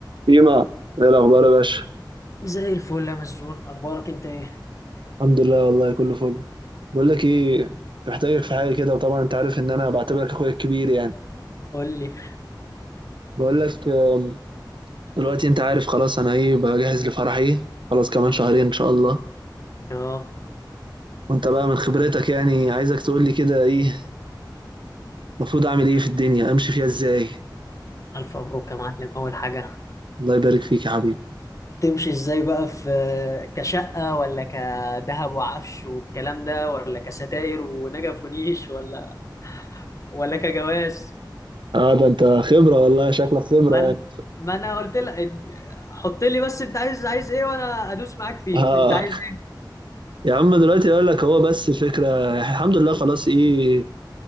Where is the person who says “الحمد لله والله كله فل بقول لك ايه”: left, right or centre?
Right